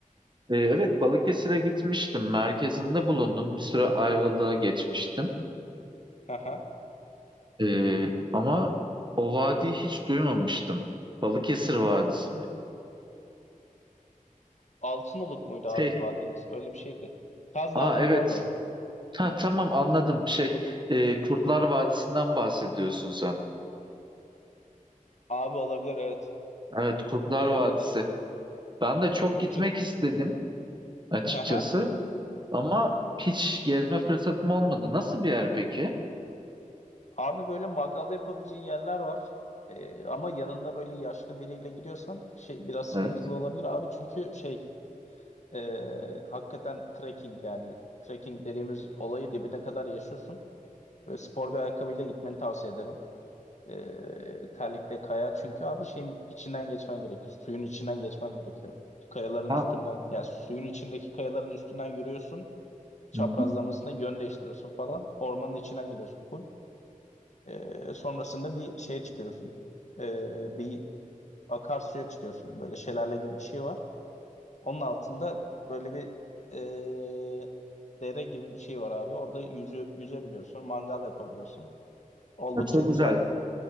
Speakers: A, on the right; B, on the left.
A: Ee, evet Balıkesir'e gitmiştim. Merkezinde bulundum. Bir süre Ayvalık'a geçmiştim.
B: Aha.
A: Ee, ama o vadiyi hiç duymamıştım. Balıkesir Vadisi mi?
B: Altınoluk muydu abi
A: Şey,
B: vadinin ismi? Öyle bir şeydi. Kaz
A: aa
B: Dağları'nın
A: evet.
B: orada.
A: Ha, tamam anladım. Şey, e, Kurtlar Vadisi'nden bahsediyorsun sen.
B: Abi olabilir evet.
A: Evet Kurtlar
B: Ee,
A: Vadisi. Ben de çok
B: oldukça...
A: gitmek istedim açıkçası.
B: Aha.
A: Ama hiç gezme fırsatım olmadı. Nasıl bir yer peki?
B: Abi böyle mangal yapabileceğin yerler var. Ee, ama yanında böyle yaşlı biriyle gidiyorsan şey biraz
A: Evet.
B: sıkıntılı olabilir abi. Çünkü şey ee, hakikaten trekking yani trekking dediğimiz olayı dibine kadar yaşıyorsun. Böyle spor bir ayakkabıyla gitmeni tavsiye ederim. Ee, terlikle kayar çünkü abi şeyin içinden geçmen gerekiyor. Suyun içinden geçmen gerekiyor. Kayaların
A: Ha.
B: üstünden yani suyun içindeki kayaların üstünden yürüyorsun. Çaprazlamasına
A: Hı hı.
B: yön değiştiriyorsun falan. Ormanın içinden gidiyorsun. Full ee, sonrasında bir şeye çıkıyorsun. Ee, bir akarsuya çıkıyorsun. Böyle şelale gibi bir şey var. Onun altında böyle bir ee, dere gibi bir şey var abi. Orada yüzü, yüzebiliyorsun. Mangal yapabiliyorsun. Oldukça
A: Ha, Çok
B: güzel.
A: güzel.